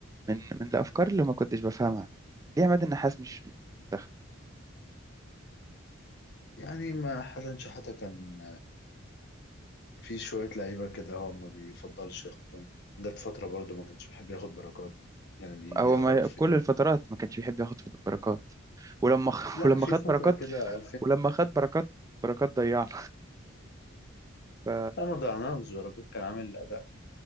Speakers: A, on the right; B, on the left.
A: من من الافكار اللي ما كنتش بفهمها ليه عماد النحاس مش منتخب
B: يعني ما حسن شحاته كان في شويه لعيبه كده هو ما بيفضلش ياخدهم جت فتره برضو ما كانش بيحب ياخد بركات يعني دي
A: هو
B: دي اغرب
A: ما
B: فكره
A: كل الفترات ما كانش بيحب ياخد بركات ولما <laughs> خ-
B: لا
A: ولما
B: في
A: خد
B: فتره
A: بركات
B: كده
A: ولما خد بركات بركات ضيعنا ف...
B: لا ما ضيعناهوش بركات كان عامل أداء